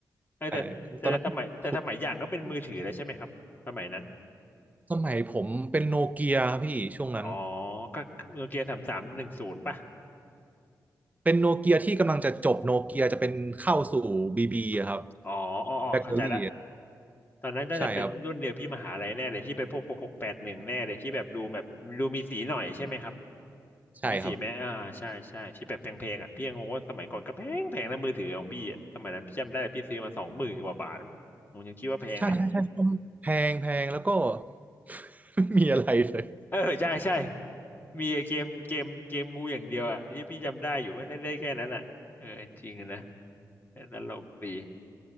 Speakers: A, on the right (about 20°); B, on the left (about 25°).
A: ๆต่ตอนนั้นคุณ
B: เออแต่แต่แต่สมัยแต่สมัยอย่างก็เป็นมือถือแล้วใช่ไหมครับสมัยนั้น
A: สมัยผมเป็นโนเกียครับพี่ช่วงนั้น
B: อ๋อก็โนเกียสามสามหนึ่งศูนย์ป่ะ
A: เป็นโนเกียที่กำลังจะจบโนเกียจะเป็นเข้าสู่บีบีครับ
B: อ๋ออ๋ออ๋อเข้าใจละ
A: แบตเตอรี่
B: ตอนนั้นน่าจะเป็นรุ่นเดียวพี่มหาลัยแน่เลยที่ไปพวกหกหกแปดหนึ่งแน่เลยที่แบบดูแบบดูมีสีหน่อยใช่ไหมครับ
A: ใช่ครับใช่ครับ
B: มีสีไหมอ่าใช่ใช่ที่แบบแพงๆอ่ะพี่ยังงงว่าสมัยก่อนก็แพงแพงนะมือถือของพี่อะสมัยนั้นพี่จำได้พี่ซื้อมาสองหมื่นกว่าบาทมั้งผมยังคิดว่าแพงเลย
A: ใช่ใช่ใช่แพงแพงแล้วก็ <laughs> ไม่มีอะไรเลย
B: เออใช่ใช่มีเกมเกมเกมงูอย่างเดียวอ่ะที่พี่จำได้อยู่ก็เล่นได้แค่นั้นอ่ะเออจริงนะแต่ตลกดี